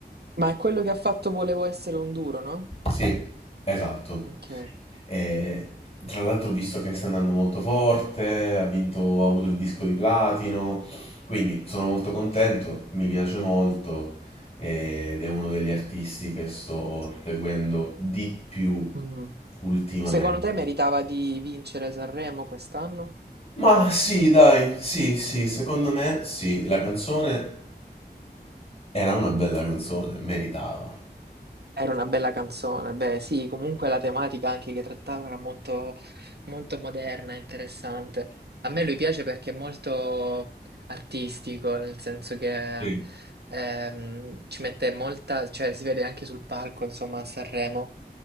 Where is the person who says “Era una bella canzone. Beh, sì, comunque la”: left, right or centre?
Right